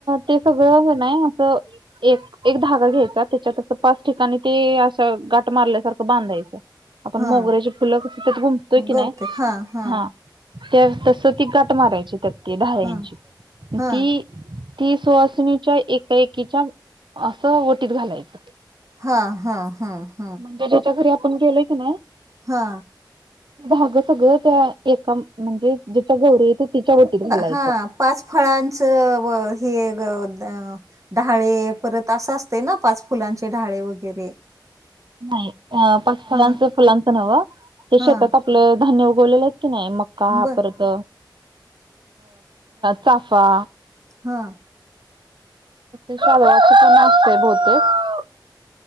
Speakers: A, on the right (about 80°); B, on the right (about 40°).
A: ते सगळं हे नाही असं एक एक धागा घ्यायचा त्याच्यात असं पाच ठिकाणी ते अशा गाठ मारल्यासारखं बांधायचं. आपण
B: हां.
A: मोगऱ्याची फुलं कस त्यात गुमतोय की
B: गवते.
A: नाही
B: हां, हां.
A: हा. त्या तस ती गाठ मारायची त्या डहाल्याची
B: हां. हां,
A: ती ती सुवासणीच्या एका एकीच्या असं ओटीत घालायची.
B: हा हा हा.
A: म्हणजे ज्याच्या घरी आपण गेलो की नाही.
B: हा.
A: धागं सगळं त्या एका म्हणजे ज्याच्या गौरीे आहे तिच्या वटीत घालायचं.
B: हा पाच फळांचं हे व हे ग डहाळे परत असं असते ना पाच फुलांचे डहाळे वगैरे.
A: नाही पाच फळांचं
B: हां,
A: फुलांचं नव्हं ते
B: हां.
A: शेतात आपलं धान्य उगवलेलं आहे की नाही मग मका
B: बरं.
A: परत चाफा
B: हा.
A: सावल्याच पण असते बहुतेक